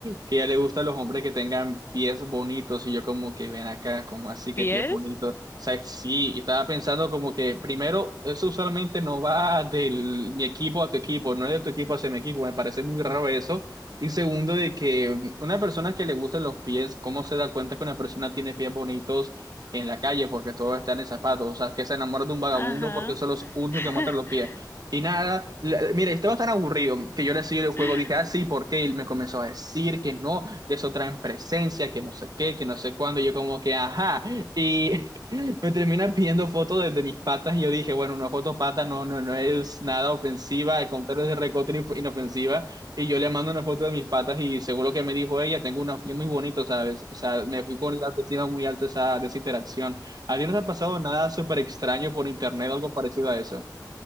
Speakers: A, on the right (about 60°); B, on the left (about 30°).
A: que ya le gustan los hombres que tengan pies bonitos y yo como que ven acá, como así que
B: ¿Pies?
A: pies bonitos. O sea, sí, y estaba pensando como que primero, eso usualmente no va del mi equipo a tu equipo, no es de tu equipo hacia mi equipo, me parece muy raro eso. Y segundo, de que una persona que le gustan los pies, ¿cómo se da cuenta que una persona tiene pies bonitos en la calle porque todo está en zapatos? O sea, que se enamora de un vagabundo
B: Ajá.
A: porque son los únicos
B: <laughs>
A: que muestran los pies. Y nada, la- mira, estaba tan aburrido que yo le seguí el juego,
B: <laughs>
A: dije, ah, sí, ¿por qué? Y me comenzó a decir que no, que eso trae presencia, que no sé qué, que no sé cuándo, y yo como que, ajá, y <laughs> me termina pidiendo fotos de, de mis patas, y yo dije, bueno, una foto pata no, no, no es nada ofensiva, al contrario es de recontra inf- inofensiva, y yo le mando una foto de mis patas, y según lo que me dijo ella, tengo unos pies muy bonitos, ¿sabes? O sea, me fui con la autoestima muy alta esa, de esa interacción. ¿A ti no te ha pasado nada súper extraño por internet o algo parecido a eso?